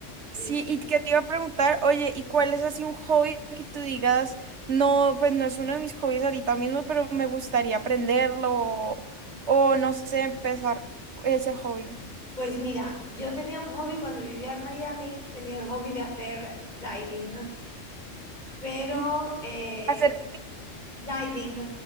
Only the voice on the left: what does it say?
Sí.
Pues mira, yo tenía un hobby cuando vivía en Miami, tenía el hobby de hacer diving, pero
eh,
diving,